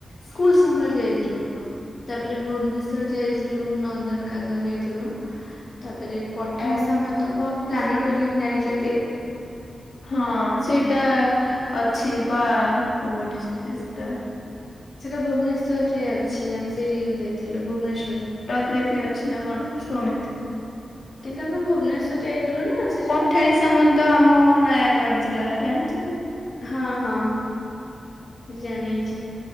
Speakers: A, on the left; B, on the left.
A: ସ୍କୁଲ୍ ସମୟରେ ଯାଇଥିଲୁ ତାପ୍‌ରେ ଭୁବ୍‌ନେଶ୍ୱର୍ ଯାଇଥିଲୁ ନନ୍ଦନ୍‌କାନ୍ଦନ୍ ଯାଇଥିଲୁ ଆ ତାପ୍‌ରେ ପଠାଣି
B: ଓହୋ
A: ସାମନ୍ତକ ପ୍ଲାନୋଟୋରିୟମ୍ ଜାଣିଚନ୍ତି
B: ହଁ ସେଇଟା ଅଛି ବା କଉ ଡିସ୍ ଟିସ୍ ଟା
A: ସେଟା ଭୁବ୍‌ନେଶ୍ୱର୍‌ରେ ଅଛି ଆମେ ସେଇଠିଗି ଜଉ ଯାଇଥିଲୁ ଭୁବ୍‌ଣେଶ୍ୱର୍‌ରେ
B: ଟକ୍‌ରେ ପି ଅଛି ନାଁ କଣ ଛୁଣିଥିଲି
A: କିନ୍ତୁ ଆମେ ଭୁବ୍‌ନେଶ୍ୱର୍‌ ଯାଇଥିଲୁ ନାଁ ସ୍
B: ପଠାଣି ସାମନ୍ତ ଆମ ନୟାଗଡ୍ ଜିଲ୍ଲାର ଜାଣିଚନ୍ତି
A: ହଁ ହଁ ଜାଣିଚି